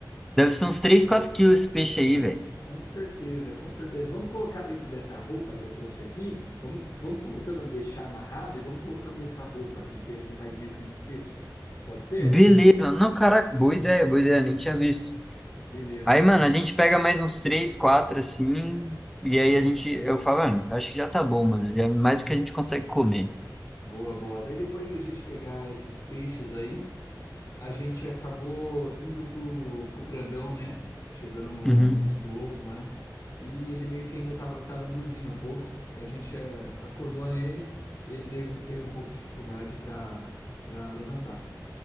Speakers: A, in the centre; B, on the left (about 45°).
A: Deve ser uns 3 4 quilos esse peixe aí, velho.
B: Com certeza, com certeza. Vamos colocar dentro dessa roupa que eu trouxe aqui. Vamos, vamos colocando, deixar amarrado e vamos colocando dessa roupa aqui que a gente faz meio que de cesto. Pode ser?
A: Beleza. Não, caraca, boa ideia, boa ideia. Nem tinha visto.
B: Beleza.
A: Aí, mano,
B: D-
A: a gente pega mais uns 3 4 assim.
B: Uhum.
A: E aí a gente. Eu falo, mano, acho que já tá bom, mano. Já é mais do que a gente consegue comer.
B: Boa, boa. Daí depois a gente pegar esses peixes aí, a gente acabou indo pro, pro grandão, né? Chegando no,
A: Uhum.
B: no musculoso lá. né? E ele meio que ainda tava, tava dormindo um pouco. E a gente eh, acordou ele e ele teve, teve um pouco de dificuldade para para levantar.